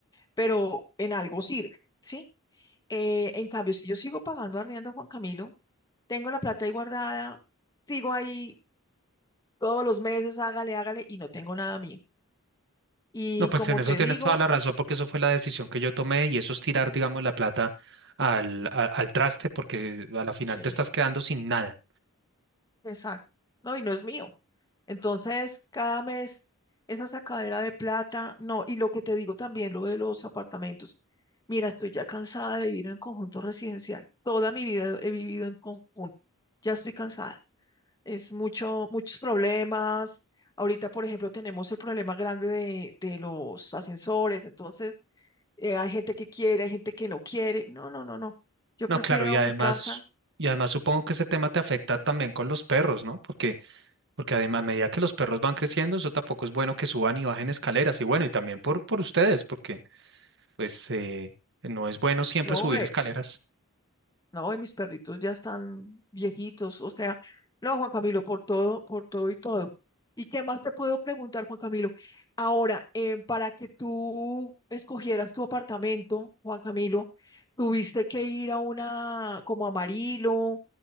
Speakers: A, on the left; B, on the right.
A: pero en algo sirve, ¿sí? Eh, en cambio, si yo sigo pagando arriendo, Juan Camilo, tengo la plata ahí guardada, sigo ahí todos los meses, hágale, hágale, y no tengo nada mío. Y
B: No, pues
A: como
B: en eso
A: te
B: tienes
A: digo,
B: toda la razón, porque eso fue la decisión que yo tomé, y eso es tirar, digamos, la plata al, a- al traste, porque a la final
A: sí,
B: te estás quedando sin nada.
A: exacto, no, y no es mío. Entonces, cada mes, esa sacadera de plata, no, y lo que te digo también, lo de los apartamentos. Mira, estoy ya cansada de vivir en conjunto residencial. Toda mi vida he vivido en conjunto. Ya estoy cansada. Es mucho, muchos problemas. Ahorita, por ejemplo, tenemos el problema grande de, de los ascensores. Entonces, eh, hay gente que quiere, hay gente que no quiere. No, no, no, no. Yo
B: No,
A: prefiero
B: claro, y además...
A: mi casa.
B: Y además supongo que ese tema te afecta también con los perros, ¿no? Porque Porque adem- a medida que los perros van creciendo, eso tampoco es bueno que suban y bajen escaleras. Y bueno, y también por, por ustedes, porque pues eh, no es bueno siempre
A: No,
B: subir
A: eh,
B: escaleras.
A: no, y mis perritos ya están viejitos. O sea, no, Juan Camilo, por todo, por todo y todo. ¿Y qué más te puedo preguntar, Juan Camilo? Ahora, eh, para que tú escogieras tu apartamento, Juan Camilo, tuviste que ir a una, como Amarillo,